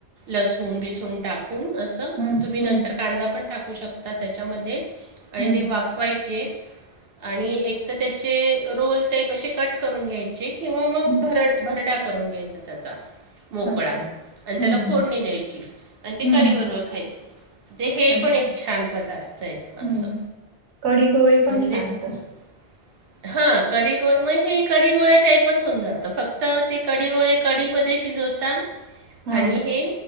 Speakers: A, on the right; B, on the right.
A: लसूण बिसून टाकून कसं. फक्त
B: हम्म
A: तुम्ही
B: हम्म
A: नंतर, कांदा पण टाकू शकता त्यांच्यामध्ये. आणि
B: हम्म
A: ते वाफवायचे. आणि एक तर त्याचे रोल टाईप कट करून घ्यायचे, किंवा मग
B: हम्म
A: भरड भरडा करून घ्यायचे. त्यांचा मोकळा
B: असं.
A: आणि
B: हम्म
A: त्याला
B: हम्म
A: फोडणी द्यायची. आणि ते
B: हम्म
A: कढी बरोबर खायचं. ते हे
B: अच्छा
A: पण एक छान पदार्थ आहे.
B: हम्म
A: असं
B: कडी गोळे पण
A: म्हणजे,
B: छान होतात.
A: <inaudible> हा कढी गोळे मग, कडीगोळे टाईपच होऊन जातं. फक्त ते कडी गोळे. कढीमध्ये शिजवता
B: हा
A: आणि हे,